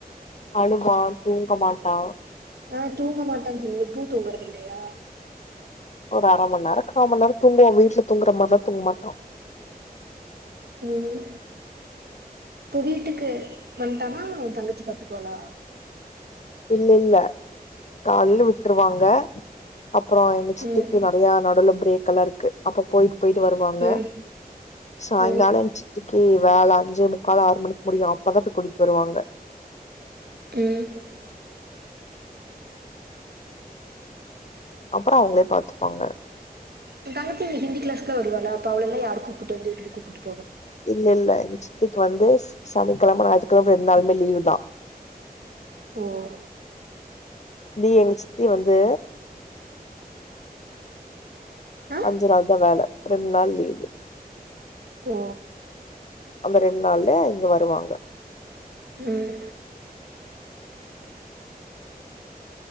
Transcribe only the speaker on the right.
ஆ தூங்க மாட்டான்னு சொன்னிங்க இப்பவு தூங்கறது இல்லையா
ம் இப்போ வீட்டுக்கு வந்ட்டானா ஓ தங்கச்சி பாத்துக்குவாலா
ம்
ம்
ம்
ம்
என் தங்கச்சி இன்னைக்கு விகிளாஸ்லா வருவாவாளா அப்ப அவளலா யாரு கூப்புட்டு வந்து உட்டுட்டு கூப்பட்டு
ம்
ஆ
ஓ
ம்